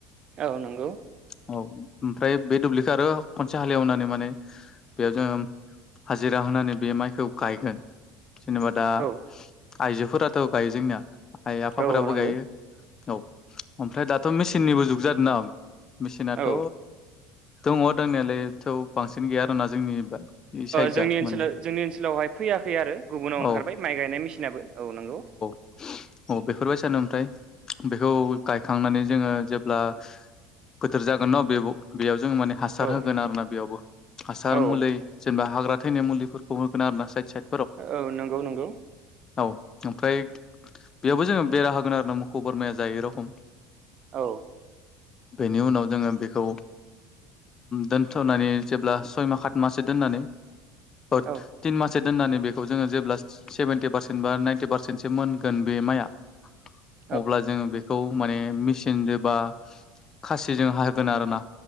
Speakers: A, on the right; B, on the left.
A: औ नंगौ
B: औ ओमफ्राय बे दुब्लिखौ आरो खनसे हालेवनानै माने बेयाव जोङो हाजिरा होनानै बे माइखौ गायगोन जेनेबा दा
A: औ
B: आइजोफोराथ' गायो जोंनिया आइ आफाफोराबो
A: औ नंगौ
B: गायो औ। ओमफ्राय दाथ' मेचिननिबो जुग जादों ना मेचिनाथ'
A: औ
B: दङ दंनायालायथ' बांसिन गैया आर ना जोंनि साइडजा
A: जोंनि ओनसोलाव
B: माने
A: जोंनि ओनसोलावहाय फैयाखै आरो गुबुनाव ओंखारबाय
B: औ
A: माइ गायनाय मेसिनाबो औ नंगौ।
B: अ बेफोरबायदि सानो ओमफ्राय बेखौ गायखांनानै जोङो जेब्ला। गोथार जागोन न बे बेयाव जों माने। हासार
A: औ
B: होगोन आरोोना बेयावबो हासार
A: औ
B: मुलि जेनेबा हाग्रा थैनाय मुलिफोरखौ होगोन आरो ना साइद साइद
A: औ नंगौ नंगौ।
B: औ ओमफ्राय बेयावबो जोङो बेरा होगोन आरो ना मोखौ बोरमाया जायो रखम
A: औ।
B: बेनि उनाव जोङो बेखौ दोनथ'नानै जेब्ला सय मास सात माससो दोननानै तिन
A: औ
B: माससे दोननानै बेखौ जोङो जेब्ला सेभेन्टि पारसेन्ट बा नाइन्टि पारसेन्टसो मोनगोन बे माइया।
A: <inaudible>
B: अब्ला जोङो बेखौ माने मेचिन ज बा खासिजों होगोन आरोना।